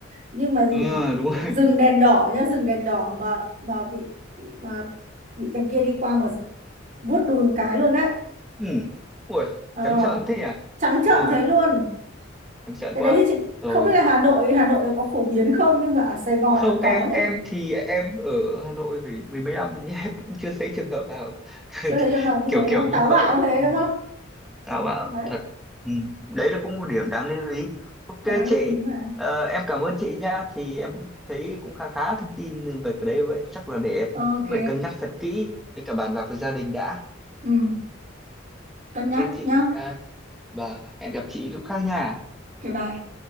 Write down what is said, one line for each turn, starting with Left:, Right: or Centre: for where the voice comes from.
Right: nhưng mà gì
Centre: ừ, đúng rồi
Right: dừng đèn đỏ nhá dừng đèn đỏ mà mà bị bị- mà bị thằng kia đi qua mà vuốt đùi một cái luôn đấy
Centre: ừ. ui
Right: ờ,
Centre: trắng trợn thế nhỉ
Right: trắng trợn
Centre: ừ
Right: thế luôn
Centre: trắng trợn
Right: cái
Centre: quá
Right: đấy thì chị
Centre: rồi
Right: không biết là Hà Nội Hà Nội nó có phổ biến không nhưng mà ở Sài Gòn
Centre: không
Right: là có
Centre: em
Right: nhá
Centre: em thì em ở Hà Nội phải mười mấy năm nhưng em cũng chưa thấy trường hợp nào <laughs>
Right: chưa thấy trường hợp như thế
Centre: kiểu
Right: đúng
Centre: kiểu
Right: không
Centre: như
Right: táo bạo
Centre: vậy
Right: như thế
Centre: ừ.
Right: đúng không
Centre: Tao bảo
Right: đấy
Centre: thật ừ. Đấy là cũng một điểm đáng lưu ý Ok
Right: đáng
Centre: chị
Right: lưu ý mà
Centre: ờ, em cảm ơn chị nha thì em cũng thấy cũng khá khá thông tin về cái đấy vậy chắc là để em
Right: ok
Centre: cũng phải cân nhắc thật kỹ với cả bàn bạc với gia đình đã
Right: ừ cân nhắc
Centre: Ok chị
Right: nhá
Centre: à, và hẹn gặp chị lúc khác nha
Right: Ok bye.